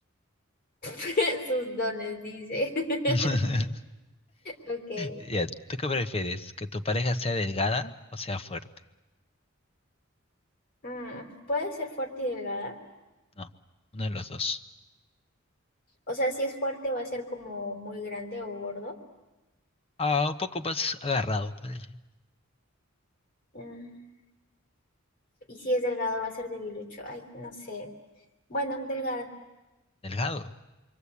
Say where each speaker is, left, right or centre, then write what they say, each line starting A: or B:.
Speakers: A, on the left (about 45°); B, on the left (about 30°).
A: <laughs> Sus dones, dice. <laughs>
B: <laughs>
A: Ok.
B: Ya, ¿tú qué prefieres? ¿Que tu pareja sea delgada o sea fuerte?
A: Mm, puede ser fuerte y delgada.
B: No, uno de los dos.
A: O sea, si es fuerte va a ser como muy grande o gordo.
B: Ah, un poco más agarrado, parece.
A: Mm, y si es delgado va a ser debilucho. Ay, no sé. Bueno, delgada.
B: ¿Delgado?